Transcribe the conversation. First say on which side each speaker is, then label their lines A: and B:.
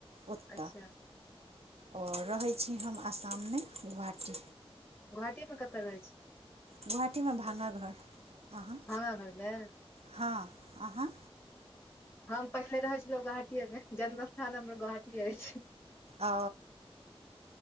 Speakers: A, on the right (about 85°); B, on the left (about 25°).
A: ओत
B: अच्छा
A: और रहै छी हम आसाम में गुहाटी
B: गुहाटी में कतऽ रहै छी
A: गोहाटी में मे भानह घर अहाँ
B: भानह घर में
A: हां अहाँ
B: हम पहिले रहै छलहुँ गुहाटी मे जन्म स्थान हमर गुहाटीए अछि
A: अ